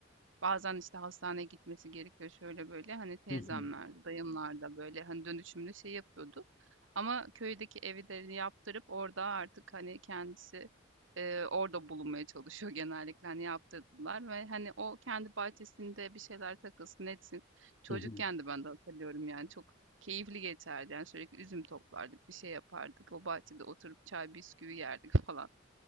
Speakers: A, on the right; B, on the left.
A: Bazen, işte, hastaneye gitmesi gerekiyor, şöyle böyle. Hani, teyzemlerde,
B: Hı hı.
A: dayımlarda, böyle, hani, dönüşümlü şey yapıyordu ama köydeki evi de yaptırıp orada artık, hani, kendisi, eee, orada bulunmaya çalışıyor genellikle. Hani, yaptırdılar ve, hani, o kendi bahçesinde bir şeyler takılsın, etsin. Çocukken
B: Hı hı.
A: de ben de hatırlıyorum, yani, çok keyifli geçerdi. Yani, sürekli üzüm toplardık, bir şey yapardık. O bahçede oturup çay bisküvi yerdik falan.